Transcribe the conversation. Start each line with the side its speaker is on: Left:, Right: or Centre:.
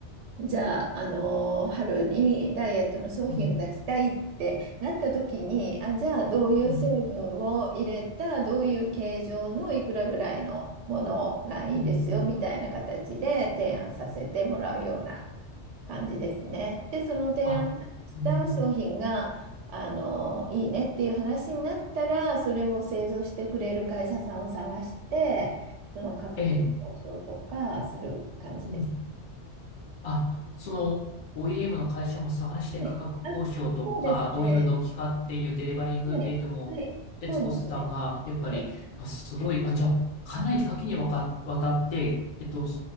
Right: じゃあ、あのー春にダイエットの商品を出したいってなった時に、
Left: うん、
Right: あ、じゃあどういう成分を入れた、
Left: うん、
Right: どういう形状のいくらぐらいのものがいいですよみたいな形で提案させてもらうような
Left: うん、うん。
Right: 感じですね。で、その提案した商品が、
Left: あ、うん、うん。
Right: あのーいいねっていう話になったら、それを製造してくれる会社さんを探して、その価格交渉とかする感じです。
Left: ええ。うん。あ、その OEM の会社も探して価格交渉とか、
Right: はい。あ、そうですね。
Left: どういう納期かっていうデリバリングデートも、
Right: はい。はい。
Left: 悦子さんがやっぱり、
Right: そうですね。はい。
Left: あ、すごい、あ、じゃあ、かなり多岐にわか、わたって、えっと、